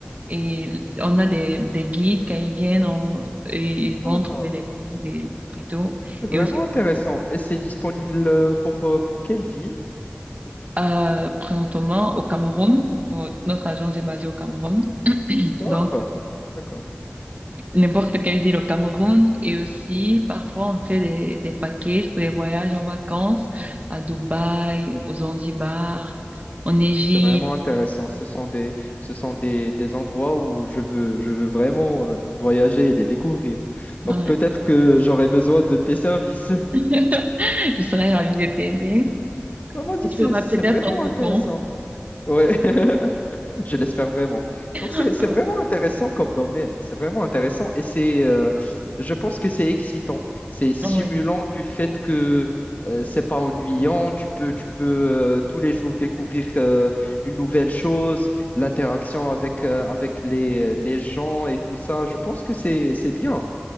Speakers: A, on the right; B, on the left.
A: Et on a des, des guides quand ils viennent, on- et ils vont
B: D'accord.
A: trouver des guides et, et tout.
B: C'est vraiment
A: Et aussi
B: intéressant. Et c'est disponible euh, pour, euh, pour quelle ville?
A: euh, présentement au Cameroun, bon, notre agence est basée au Cameroun,
B: D'accord,
A: donc
B: d'accord.
A: n'importe quelle ville au Cameroun et aussi parfois on fait des, des packages pour des voyages en vacances à Dubaï, aux Zanzibar, en Égypte.
B: C'est vraiment intéressant. Ce sont des, ce sont des, des endroits où je veux, je veux vraiment euh, voyager et les découvrir.
A: Ouais.
B: Donc peut-être que j'aurais besoin de tes services. <laughs>
A: <laughs> Je serais ravie de t'aider.
B: Ah, vas-y,
A: Et tu
B: c'est,
A: auras
B: c'est
A: peut-être
B: vraiment
A: un coupon.
B: intéressant. Ouais. <laughs> Je l'espère vraiment. Donc, c'est,
A: Euh,
B: c'est vraiment intéressant comme domaine. C'est vraiment intéressant et c'est, euh, je pense que c'est excitant. C'est stimulant
A: ouais.
B: du fait que euh, c'est pas ennuyant. Tu peux, tu peux euh, tous les jours découvrir euh, une nouvelle chose, l'interaction avec, euh, avec les, les gens et tout ça. Je pense que c'est, c'est bien.